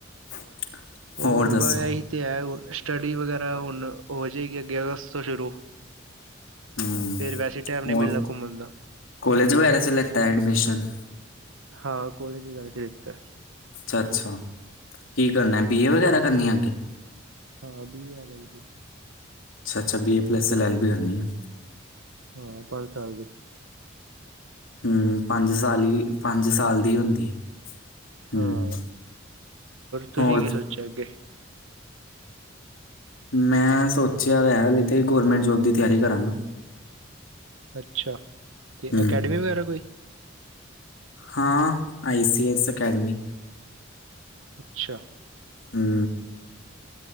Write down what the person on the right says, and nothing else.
ਹੋਰ
ਬਸ ਐਹੀ ਤੇ ਹੈ, ਹੁ ਸਟੱਡੀ ਵਗੈਰਾ ਹੁਣ ਹੋ ਜਾਏਗੀ ਅੱਗੇ ਅਗਸਤ ਤੋਂ ਸ਼ੁਰੂ।
ਫੇਰ ਵੈਸੇ ਟਾਈਮ ਨਹੀਂ
ਮਿਲਣਾ ਘੁੰਮਣ ਦਾ
ਹਾਂ, ਕੋਲੇਜ ਵਗੈਰਾ'ਚ ਲਿਤਾ।
ਹਾਂ
ਹਾਂ, ਬੀ ਏ, ਐਲ-ਐਲ-ਬੀ।
ਹਾਂ, ਪੰਜ ਸਾਲ ਦੀ।
ਹਾਂ ਤੁਸੀਂ
ਕੀ ਸੋਚਿਆ ਅੱਗੇ
ਅੱਛਾ, ਕੇ
ਅਕੈਡਮੀ ਵਗੈਰਾ ਕੋਈ?
ਅੱਛਾ।